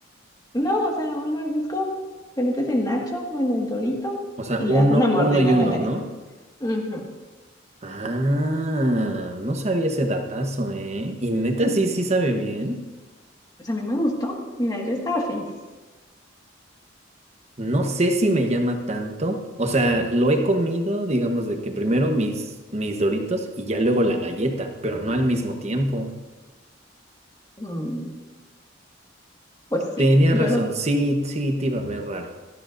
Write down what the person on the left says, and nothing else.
No, o sea, un mordisco, te metes el Nacho, bueno, el Dorito,
y le
das una mordida
a la galleta.
Ujú.
pues a mí me gustó. Mira, yo estaba feliz.
Mm, pues sí,
yo
lo...